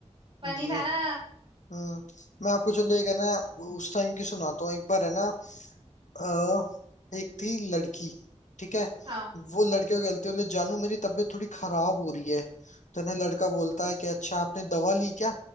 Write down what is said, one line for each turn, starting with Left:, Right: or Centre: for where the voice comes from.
Right: पानी
Left: ये
Right: था ना
Left: हम्म मैं आपको चलो एक है ना उस टाइम की सुनाता हूँ एक बार है ना अ, एक थी लड़की ठीक है
Right: हाँ
Left: वो लड़के को कहती है बोले जानू मेरी तबीयत थोड़ी खराब हो रही है तो ना लड़का बोलता है कि अच्छा आपने दवा ली क्या